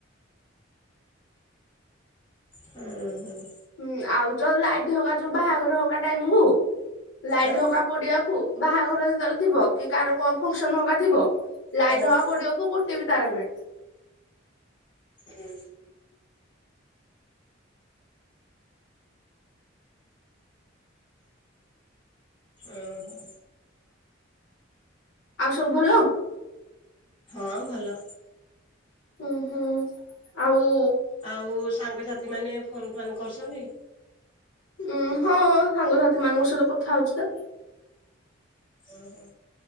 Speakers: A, on the left; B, on the left.
A: ହୁଁ ହୁଁ।
B: ହୁଁ ଆଉ ଯୋଉ ଲାଇଟ୍ ହବା ଯୋଉ ବାହାଘର ହକା ଟାଇମ କୁ ଲାଇଟ
A: ଆଁ
B: ହଙ୍କକା ପଡିବାକୁ ବାହାଘର ଯେତେବେଳେ ଥିବ କି କାହାର କଣ ଫଙ୍କସନ ହବାର୍‌ ଥିବ। ଲାଇଟ
A: ହଁ
B: ହବା ପଡିବାକୁ ଗୋଟେ ବି ତାର ନୁହିଁ।
A: ହୁଁ। ଓହୋ।
B: ଆଉ ସବୁ ଭଲ?
A: ହଁ ଭଲ।
B: ହୁଁ ହୁଁ ଆଉ।
A: ଆଉ ସାଙ୍ଗସାଥି ମାନେ ଫୋନ ଫନ୍ କରୁଛନ୍ତି?
B: ଉଁ ହଁ ସାଙ୍ଗସାଥି ମାନଙ୍କ ସହିତ କଥା ହଉଛି ତ।
A: ଓହୋ